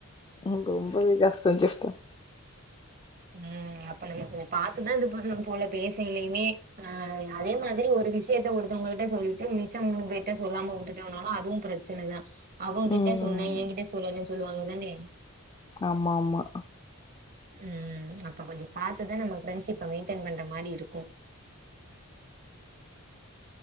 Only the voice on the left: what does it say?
ம் ரொம்பவே கஷ்டோ சிஸ்டர்
ம்
ஆமா ஆமா